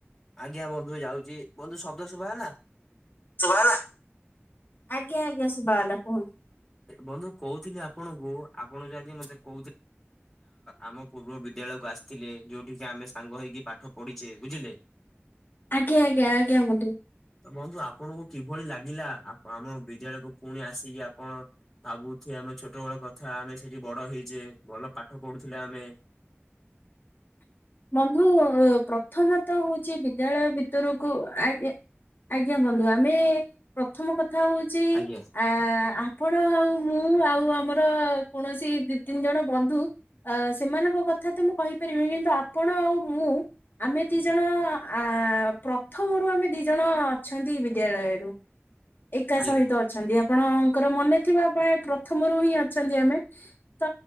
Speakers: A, in the centre; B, on the left (about 45°).
A: ଆଜ୍ଞା ବନ୍ଧୁ ଯାଉଛି। ବନ୍ଧୁ ଶବ୍ଦ ଶୁଭା ହେଲା?
B: ସୁଭା ଗଲା? ଆଜ୍ଞା ଆଜ୍ଞା ସୁଭା ଗଲା କୁହନ୍ତୁ?
A: ବନ୍ଧୁ କହୁଥିଲି ଆପଣଙ୍କୁ ଆପଣ ଯୋଉ ଆଜି ମତେ କହୁଥିଲେ ଆମ ପୂର୍ବ ବିଦ୍ୟାଳୟକୁ ଆସିଥିଲେ ଯୋଉଠି କିି ଆମେ ସାଙ୍ଗ ହେଇକି ପାଠ ପଢିଛେ ବୁଝିଲେ।
B: ଆଜ୍ଞା ଆଜ୍ଞା ଆଜ୍ଞା ବନ୍ଧୁ।
A: ତ ବନ୍ଧୁ ଆପଣଙ୍କୁ କିଭଳି ଲାଗିଲା ଆମ ବିଦ୍ୟାଳୟକୁ ପୁଣି ଆସିକି କଣ ଭାବୁ ଥିବେ ଆମେ ଛୋଟ ବେଳ କଥା ଆମେ ସେଇଠି ବଡ ହେଇଛେ ଭଲ ପାଠ ପଢୁଥିଲେ ଆମେ
B: ବନ୍ଧୁ ପ୍ରଥମେ ତ ହଉଛି ବିଦ୍ୟାଳୟ ଭିତରକୁ ଆଗ ଆଜ୍ଞା ବନ୍ଧୁ। ଆମେ ପ୍ରଥମ କଥା ହଉଚି
A: ଆଜ୍ଞା
B: ଆ ଆପଣ ଆଉ ମୁଁ ଆଉ ଆମର କୌଣସି ଦି ତିନି ଜଣ ବନ୍ଧୁ ଅ ସେମାନଙ୍କ କଥା ତ ମୁଁ କହିପାରିବିନି ତ ଆପଣ ଆଉ ମୁଁ ଆମେ ଦି ଜଣ ଆ-ପ୍ର ପ୍ରଥମରୁ ଆମେ ଦି ଜଣ ଅଛନ୍ତି ବିଦ୍ୟାଳୟରୁ ଏକା
A: ଆଜ୍ଞା
B: ସହିତ ଅଛନ୍ତି ଆପଣଙ୍କର ମନେ ଥିବା ଆପଣ ପ୍ରଥମରୁ ହିଁ ଅଛନ୍ତି ଆମେ। ତ